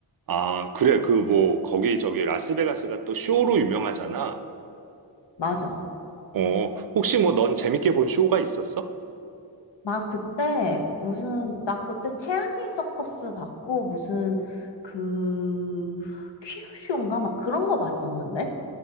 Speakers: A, on the right; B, on the left.
A: 아, 그래. 그 뭐 거기 저기 라스베가스가 또 쇼로 유명하잖아.
B: 맞아.
A: 어, 혹시 뭐 넌 재밌게 본 쇼가 있었어?
B: 나 그때 무슨, 나 그때 태양의 서커스 봤고, 무슨, 그, 퀴즈쇼인가? 막 그런 거 봤었는데?